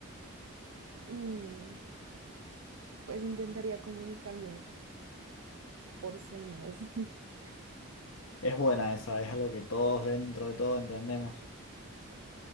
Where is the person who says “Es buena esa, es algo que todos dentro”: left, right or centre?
Left